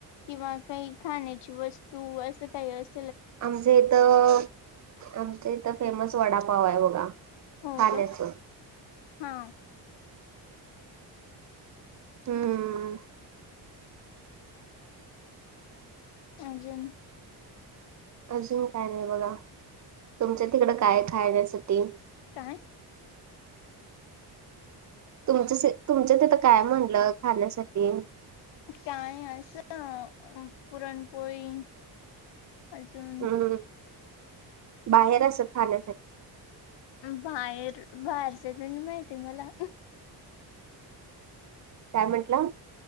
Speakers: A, on the left; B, on the right.
A: किंवा काही खाण्याची वस्तू असं काही अस
B: आमच्या इथं आमच्या इथं फेमस वडापाव आहे बघा.
A: हो
B: खाण्याच
A: का हा.
B: हम्म
A: अजून
B: अजून काय नाही बघा तुमच्या तिकडं काय आहे खाण्यासाठी
A: काय?
B: तुम तुमच्या तिथं काय म्हणलं खाण्यासाठी?
A: काय असं पुरणपोळी अजून
B: हम्म बाहेर असं खाण्यासाठी
A: बाहेर बाहेरचे त्यांनी माहिती मला
B: काय म्हंटलं